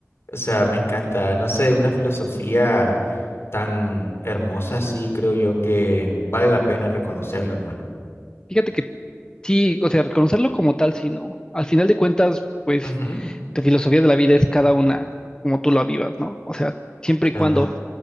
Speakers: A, on the left; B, on the left.
A: o sea, me encanta, no sé, una filosofía tan hermosa así, creo yo que vale la pena reconocerla, hermano.
B: Fíjate que sí, o sea, reconocerlo como tal, sí, ¿no? Al final de cuentas, pues
A: Ujú,
B: tu filosofía de la vida es cada una como tú la vivas, ¿no? O sea, siempre
A: claro,
B: y cuando